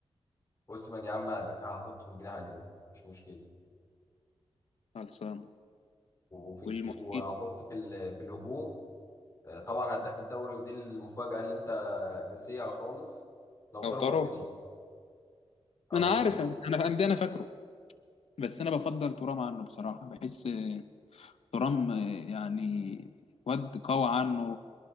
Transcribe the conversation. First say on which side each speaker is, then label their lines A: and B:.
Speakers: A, on the left; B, on the left.
A: اوسمان يا عم هن- هحطه في الجناح اليمين مش مشكلة
B: خلصان
A: وفي الج...
B: والمهاجم
A: واحط في ال... في الهجوم آه، طبعا هداف الدوري ودي المفاجأة اللي انت نسيها خالص لوتارو
B: لو طاروا
A: مارتينيز اه
B: انا عارف انا انا ده انا فاكره بس انا بفضل ترام عنه بصراحه بحس ترام يعني واد قوي عنه